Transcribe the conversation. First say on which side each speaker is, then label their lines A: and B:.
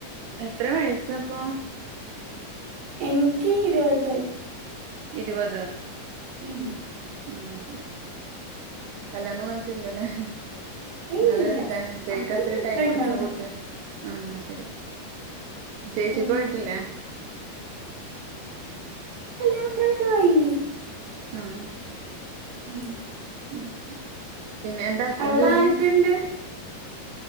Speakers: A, on the right; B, on the right.
A: എത്രേ വയ്സപ്പം
B: എൻക്ക് ഇര്പതായി
A: ഇര്പതോ
B: ഉം
A: ആഹ് ശെരി കല്യാണം കഴ്ഞ്ഞിട്ട്ല്ലലെ
B: ഇല്ലില്ല
A: ഇങ്ങൾ കെ കെഴ്ക്കാത്ത്‌രി
B: അതൊന്നും ഇപ്പ
A: ടെയ്മെട്ക്ക്ന്ന
B: ഇണ്ടാവൂല
A: കൂട്ട്യാ ആഹ് അത്ശെരി ചേച്ചിക്കും
B: ഉം
A: ആയ്ട്ട്ല്ലേ
B: കല്യാണ പ്രായൊക്കെ ആയീന്
A: ആഹ്
B: ഉം
A: ഉം പിന്നെ എന്താ അച്ഛന്
B: അവിടെ
A: ജോലി
B: ആരൊക്കെണ്ട്